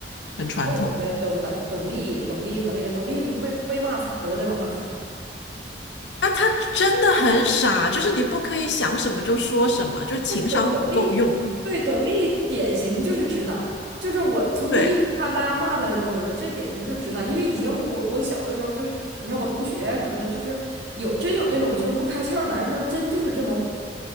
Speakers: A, on the left; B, on the right.
A: 很传统。
B: 还有谁来着董大、董丽、董丽和那个董丽不被被骂惨了，在网上。
A: 那她真的很傻，就是你不可以想什么就说什么，就情商不够用。
B: 对，董董力，对，董力典型就是直男。就是我从第一集看大家骂他的时候，
A: 对，
B: 我就说这典型就是直男。因为以前我我小的时候就，以前我同学啊什么的，就是有真有那种就是不开窍的男生，真就是这么虎，